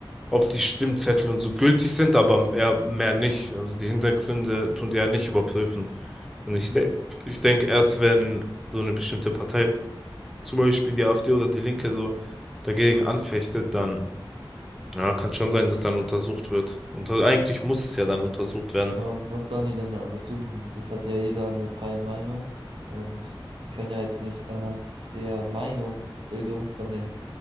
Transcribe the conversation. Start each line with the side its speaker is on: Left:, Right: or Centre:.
Centre: ob die Stimmzettel und so gültig sind, aber mehr, mehr nicht. Also die Hintergründe tun die ja nicht überprüfen. Und
Right: Mhm.
Centre: ich denke, ich denke, erst wenn so eine bestimmte Partei, zum Beispiel die AfD oder die Linke, so dagegen anfechtet, dann, ja, kann schon sein, dass dann untersucht wird. Und eigentlich muss es ja dann untersucht werden.
Right: Aber was sollen die denn da untersuchen Das hat ja jeder eine freie Meinung und die können ja jetzt nicht anhand der Meinungsbildung von den